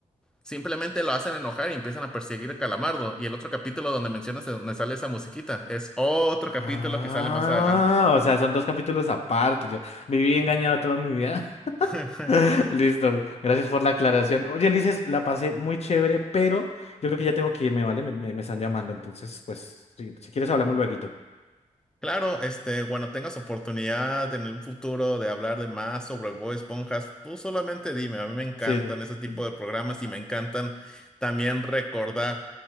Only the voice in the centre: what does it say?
simplemente lo hacen enojar y empiezan a perseguir a Calamardo. Y el otro capítulo donde mencionas de donde sale esa musiquita, es otro
capítulo que sale más adelante.
<laughs>
Claro, este, cuando tengas oportunidad en un futuro de hablar de más sobre Bob Esponja, tú solamente dime, a mí me encantan
ese tipo de programas
y me encantan también recordar